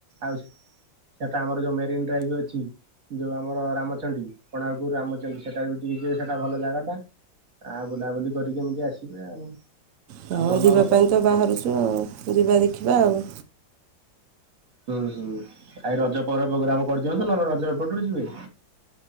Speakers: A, on the right (about 45°); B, on the right (about 65°).
A: ଆଉସ୍ ସେଟା ଆମର ଯୋଉ ମେରିନ୍ ଡ୍ରାଇଭ୍ ଅଛି। ଯୋଉ ଆମର ରାମଚଣ୍ଡୀ କୋଣାର୍ପୁର ରାମଚଣ୍ଡୀ ସେଟାରେ ବି ଟିକେ ଯିବେ ସେଟା ଭଲ ଜାଗା ଟା। ଆ ବୁଲାବୁଲି କରିକି ଏମିତି ଆସିବେ ଆଉ।
B: ହଁ
A: ଆଉ ଭଲ
B: ଯିବା
A: ହବ।
B: ପାଇଁ ତ ବାହାରୁଛୁ ଆଉ ଯିବା ଦେଖିବା ଆଉ।
A: ହୁଁ ହୁଁ ଆ ଏ ରଜ ପରେ ପ୍ରୋଗ୍ରାମ କରିଦିଅନ୍ତୁ ନହେଲେ ରଜ ଏପଟରୁ ଯିବେ?